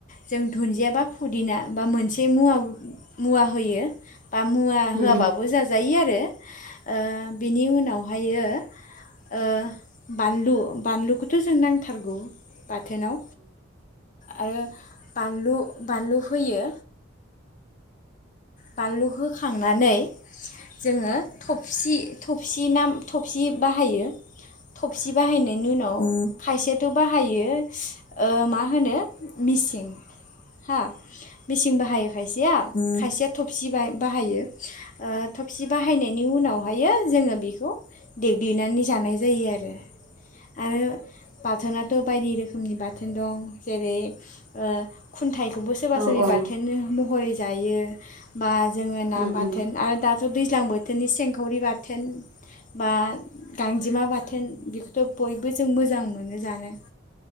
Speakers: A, on the left (about 40°); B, on the right (about 40°).
A: जों दुन्दिया बा फुदिना बा मोनसे मुवा मुवा होयो। बा मुवा होआबाबो
B: उम औ उम औ उम
A: जाजायो आरो ओ बिनि उनावहायो ओ बानलु बानलुखौथ' जों नांथारगौ। बाथोनाव आरो बानलु बानलु होयो। बानलु होखांनानै जोङो थफसि थबसि ना थबसि बाहायो थफसि बाहायनायनि उनाव खायसेयाथ' बाहायो ओ मा होनो मिसिं हा मिसिं बाहायो खायसेया खायसेया थफसि बा बाहायो ओ थबसि बाहायनायनि उनावहायो जोङो बिखौ देग्लिनानै जानाय जायो आरो आरो बाथोना थ बायदि रोखोमनि बोन दं जेरै ओ खुन्थाय खौबो सोरबा
B: औ
A: सोरि
B: औ
A: बाथोनो महरै जायो। बा जोङो ना
B: उम
A: बाथोन
B: उम
A: आरो दा थ' दैज्लां बोथोरनि सेंखावरि बाथोन बा गांजेमा बाथोन बेखौथ' बयबो जों मोजां मोनो जानो।